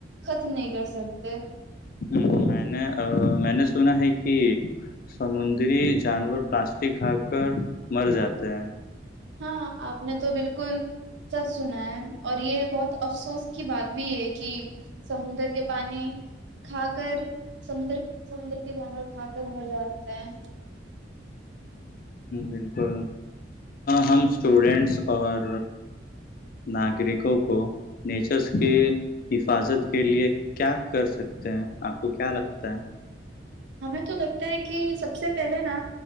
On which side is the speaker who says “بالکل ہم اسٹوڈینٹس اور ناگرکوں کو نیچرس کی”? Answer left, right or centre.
Left